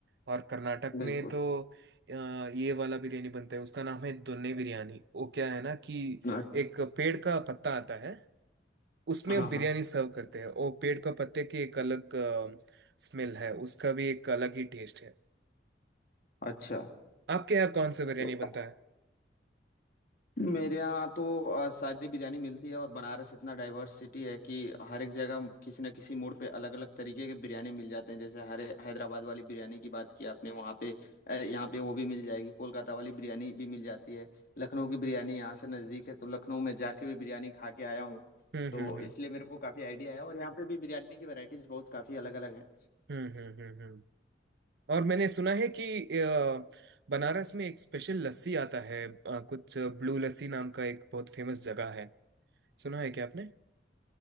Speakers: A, on the right (about 65°); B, on the left (about 55°).
A: और कर्नाटक
B: बिल्कुल
A: में तो अ, ये वाला बिरयानी बनता है उसका नाम है दुन्ने बिरयानी वो क्या है ना कि
B: अच्छा
A: एक पेड़ का पत्ता आता है उसमें
B: हाँ
A: बिरयानी
B: हाँ
A: सर्व करते हैं वो पेड़ का पत्ते की एक अलग स्मेल है उसका भी एक अलग ही टेस्ट है
B: अच्छा
A: आपके यहाँ कौन सा बिरयानी
B: तो
A: बनता है
B: मेरे यहाँ तो अ, सारी बिरयानी मिलती है और बनारस इतना डाइवर्सिटी है कि हर एक जगह किसी न किसी मोड़ पे अलग अलग तरीके के बिरयानी मिल जाते हैं जैसे हरे हैदराबाद वाली बिरयानी की बात की आपने वहाँ पे अ, यहाँ पे वो भी मिल जाएगी कोलकाता वाली बिरयानी भी मिल जाती है लखनऊ की बिरयानी यहाँ से नज़दीक है तो लखनऊ में जाके भी बिरयानी खा के आया हूँ
A: हम्म
B: तो
A: हम्म हम्म
B: इसलिए मेरे को काफ़ी आइडिया है और यहाँ पे भी बिरयानी की वैरायटीज बहुत काफ़ी अलग अलग हैं
A: हम्म हम्म हम्म हम्म। और मैंने सुना है कि अ, बनारस में एक स्पेशल लस्सी आता है अ, कुछ ब्लू लस्सी नाम का एक बहुत फेमस जगह है सुना है क्या आपने